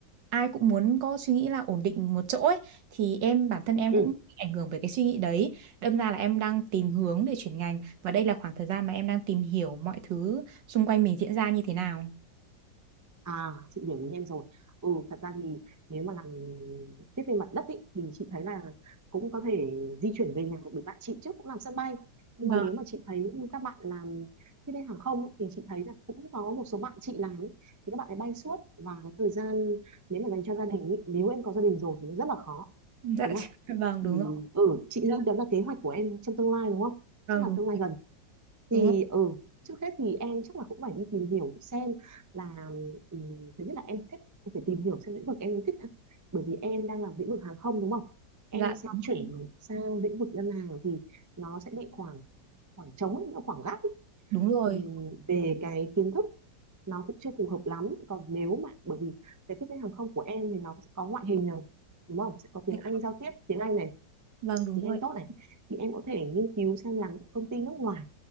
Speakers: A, on the right; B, on the right.
A: ai cũng muốn có suy nghĩ là ổn định một chỗ ấy thì em bản thân em
B: ừ
A: cũng bị ảnh hưởng bởi cái suy nghĩ đấy đâm ra là em đang tìm hướng để chuyển ngành và đây là khoảng thời gian mà em đang tìm hiểu mọi thứ xung quanh mình diễn ra như thế nào
B: À, chị hiểu ý em rồi. Ừ, thật ra thì nếu mà làm tiếp viên mặt đất ý, thì chị thấy là cũng có thể di chuyển về nhà được bởi bạn chị trước cũng làm sân bay. Nhưng
A: vâng
B: mà nếu mà chị thấy các bạn làm tiếp viên hàng không ý, thì chị thấy là cũng có một số bạn chị làm ý, thì các bạn ấy bay suốt và cái thời gian nếu mà dành cho gia đình ý, nếu em có gia đình rồi thì nó rất là khó,
A: dạ
B: đúng
A: <laughs>
B: không?
A: vâng
B: Thì
A: đúng rồi
B: ừ, chị nghĩ
A: Dạ,
B: đó là kế hoạch của em trong tương lai đúng không?
A: vâng
B: Chắc là
A: đúng
B: tương lai gần
A: đúng
B: thì
A: rồi
B: ừ trước hết thì em chắc là cũng phải đi tìm hiểu xem là ừm, thứ nhất là em thích em phải tìm hiểu xem lĩnh vực em thích đã bởi vì em đang làm lĩnh vực hàng không đúng không em
A: dạ
B: sẽ
A: đúng
B: chuyển
A: rồi
B: sang lĩnh vực ngân hàng thì nó sẽ bị khoảng khoảng trống ấy, nó khoảng gap ấy.
A: đúng rồi
B: Ừm, về cái kiến thức nó cũng chưa phù hợp lắm còn nếu mà bởi vì cái tiếp viên hàng không của em thì nó sẽ có ngoại hình này đúng không sẽ có tiếng
A: dạ,
B: Anh giao tiếp tiếng Anh này
A: vâng đúng
B: tiếng
A: rồi
B: Anh tốt này thì em có thể nghiên cứu xem là công ty nước ngoài